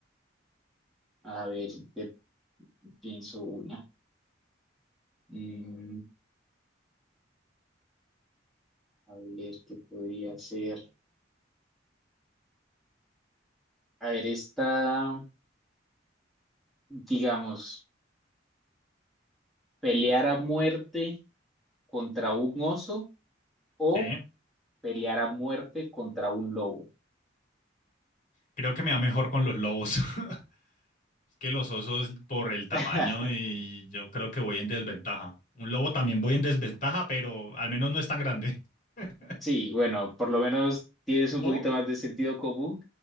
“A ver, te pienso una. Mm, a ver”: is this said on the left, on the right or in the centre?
Centre